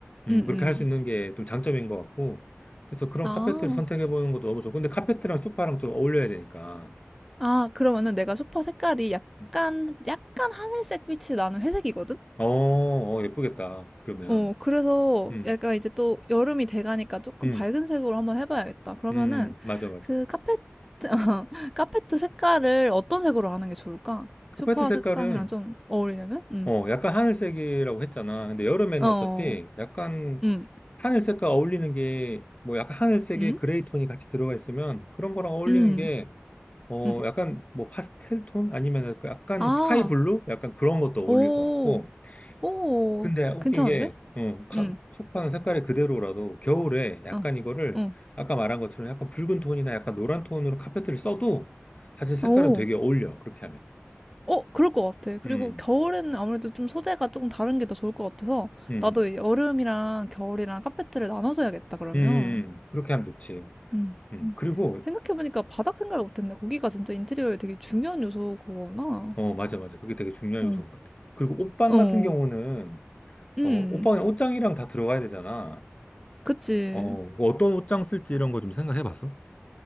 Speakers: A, on the left; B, in the centre.
A: 음,
B: 응응.
A: 그렇게 할 수 있는 게 좀 장점인 것 같고, 그래서 그런
B: 아.
A: 카페트를 선택해보는 것도 너무 좋고, 근데 카페트랑 소파랑 좀 어울려야 되니까.
B: 아, 그러면은 내가 소파 색깔이 약간
A: 음.
B: 약간 하늘색 빛이 나는 회색이거든?
A: 어, 어, 예쁘겠다. 그러면.
B: 어, 그래서
A: 음,
B: 약간 이제 또 여름이 돼가니까 조금
A: 음,
B: 밝은 색으로 한번 해봐야겠다. 그러면은
A: 음, 맞아, 맞아.
B: 그 카페트, <laughs> 카페트 색깔을 어떤 색으로 하는 게 좋을까?
A: 카페트
B: 소파
A: 색깔은
B: 색상이랑 좀 어울리려면? 음.
A: 어, 약간 하늘색이라고 했잖아. 근데 여름에는
B: 어,
A: 어차피 약간
B: 음,
A: 하늘색과 어울리는 게, 뭐 약간 하늘색에
B: 음,
A: 그레이 톤이 같이 들어가 있으면 그런 거랑 어울리는
B: 음,
A: 게, 어,
B: 음.
A: 약간 뭐 파스텔 톤? 아니면 약간 약간
B: 아,
A: 스카이 블루? 약간 그런 것도 어울릴
B: 오,
A: 것 같고.
B: 오,
A: 근데 웃긴
B: 괜찮은데?
A: 게, 음, 가-
B: 음,
A: 소파는 색깔이 그대로라도 겨울에 약간
B: 어,
A: 이거를
B: 응,
A: 아까 말한 것처럼 약간 붉은 톤이나 약간 노란 톤으로 카페트를 써도 사실 색깔은
B: 오.
A: 되게 어울려. 그렇게 하면.
B: 어, 그럴 것 같아. 그리고
A: 음,
B: 겨울에는 아무래도 좀 소재가 조금 다른 게 더 좋을 것 같아서
A: 음,
B: 나도 이 여름이랑 겨울이랑 카페트를 나눠서 해야겠다, 그러면.
A: 음, 음, 음. 그렇게 하면 좋지.
B: 음.
A: 음,
B: 음.
A: 그리고,
B: 생각해 보니까 바닥 생각을 못 했네. 거기가 진짜 인테리어의 되게 중요한 요소구나.
A: 어, 맞아, 맞아. 그게 되게 중요한
B: 응.
A: 요소인 것 같아. 그리고 옷방
B: 어.
A: 같은 경우는,
B: 음.
A: 어, 옷방에 옷장이랑 다 들어가야 되잖아.
B: 그치.
A: 어, 그 어떤 옷장 쓸지 이런 거 좀 생각해 봤어?